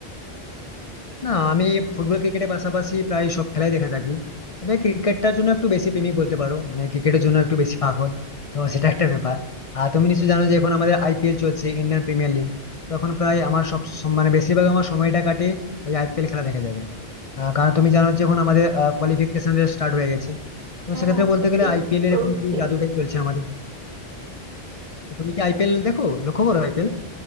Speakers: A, on the left (about 40°); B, on the right (about 50°).
A: না আমি ফুটবল ক্রিকেটের পাশাপাশি প্রায় সব খেলাই দেখে থাকি তবে ক্রিকেটটার জন্য একটু বেশি প্রেমিক বলতে পারো মানে ক্রিকেটের জন্য একটু বেশি পাগল তো সেটা একটা ব্যাপার আর তুমি নিশ্চয়ই জানো যে এখন আমাদের আইপিএল চলছে ইন্ডিয়ান প্রিমিয়ার লিগ তো এখন প্রায় আমার সব সম- মানে বেশিরভাগ আমার সময়টা কাটে ওই আইপিএল খেলা দেখা যাবে আহ, কারণ তুমি জানো যে এখন আমাদের কোয়ালিফিকেশন রেস স্টার্ট হয়ে গেছে তো
B: হ্যাঁ
A: সেক্ষেত্রে
B: IPL
A: বলতে গেলে আইপিএল
B: তো চলছে
A: এর এখন পুরো জাদুটাই চলছে আমাদের তো তুমি কি আইপিএল দেখো লক্ষ্য করো আইপিএল